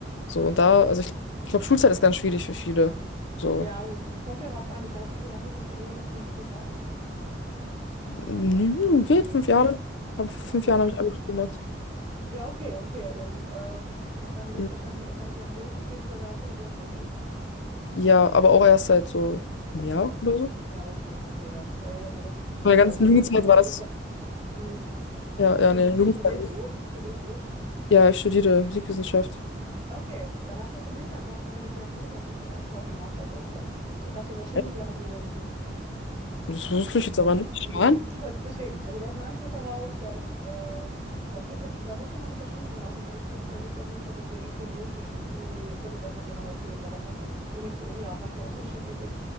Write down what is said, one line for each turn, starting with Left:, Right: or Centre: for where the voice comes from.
Left: So, und da,
Right: ja,
Left: also ich, ich glaube, Schulzeit ist ganz schwierig für viele. So.
Right: ja, also es, es kommt ja drauf an. Ich weiß nicht, wie lange ist es bei dir her, dass du in der Schule warst?
Left: Nö, Geht, fünf Jahre. Hab, fünf
Right: Okay.
Left: Jahren habe ich Abitur gemacht.
Right: Ja, okay, okay. Dann äh, hat man dir das
Left: Ja.
Right: wahrscheinlich einfach nicht erzählt, beziehungsweise hast du eine Diagnose?
Left: Ja, aber auch erst seit so einem Jahr oder so.
Right: Ja, okay, okay. Dann äh, hätte dir das nichts gebracht,
Left: In der ganzen
Right: weil es gibt
Left: Jugendzeit
Right: den, die
Left: war
Right: Möglichkeit.
Left: das.
Right: Hm.
Left: Ja,
Right: Studier,
Left: ja, nee, Jugendzeit.
Right: studierst du? Studierst du?
Left: Ja, ich studiere Musikwissenschaft.
Right: Okay, dann habt das im Hinterkopf, wenn du eine Diagnose hast, hast du einen Anspruch auf einen Nachteilsausgleich. Das hast du in der Schule
Left: Echt?
Right: wie an der Universität.
Left: Das wusste
Right: Also,
Left: ich jetzt aber nicht.
Right: mhm.
Left: Mann.
Right: Ja, deswegen, also da ist ein Anspruch darauf, dass, äh, also es gibt ganz, da musst du mal mit der Studienberatung bei dir sprechen, da gibt es auf jeden Fall so für Inklusionsgeschichten, die können dir das dann genau erzählen, weil das dann von Uni zu Uni auch manchmal unterschiedlich ist.